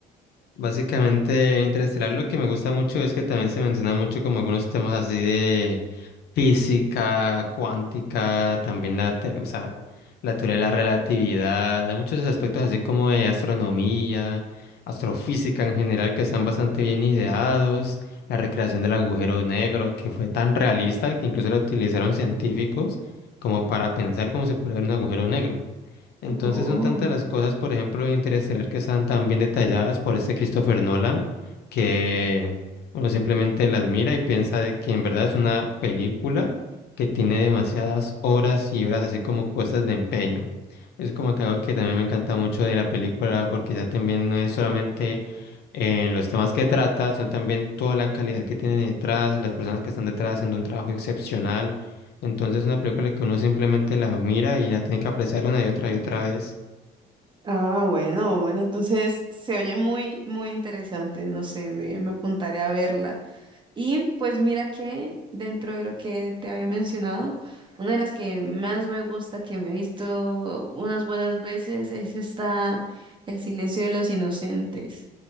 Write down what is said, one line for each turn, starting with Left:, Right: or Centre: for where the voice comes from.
Left: Básicamente en Interestelar lo que me gusta mucho es que también se menciona mucho como algunos temas así física cuántica, también la, te- o sea, la teoría de la relatividad, hay muchos aspectos así como de astronomía, astrofísica en general que están bastante bien ideados, la recreación del agujero negro que fue tan realista que incluso la utilizaron científicos como para pensar cómo se puede ver un agujero negro. Entonces
Right: Oh.
Left: son tantas las cosas, por ejemplo, de Interestelar que están tan bien detalladas por este Christopher Nolan que uno simplemente las mira y piensa de que en verdad es una película que tiene demasiadas horas y horas así como puestas de empeño. Es como que algo que también me encanta mucho de la película porque ya también no es solamente en los temas que trata, sino también toda la calidad que tiene detrás, las personas que están detrás haciendo un trabajo excepcional entonces es una película que uno simplemente la mira y la tiene que apreciar una y otra y otra vez.
Right: Ah, bueno, bueno, entonces se oye muy, muy interesante. No sé, me, me apuntaré a verla. Y pues mira que dentro de lo que te había mencionado, una de las que más me gusta, que me he visto unas buenas veces, es esta El silencio de los inocentes.